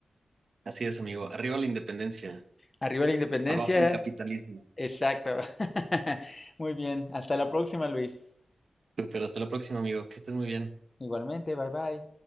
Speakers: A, on the right; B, on the left.
A: Así es, amigo. Arriba la independencia,
B: Arriba la independencia.
A: abajo el capitalismo.
B: Exacto. <laughs> Muy bien. Hasta la próxima, Luis.
A: Super, hasta la próxima, amigo. Que estés muy bien.
B: Igualmente, bye bye.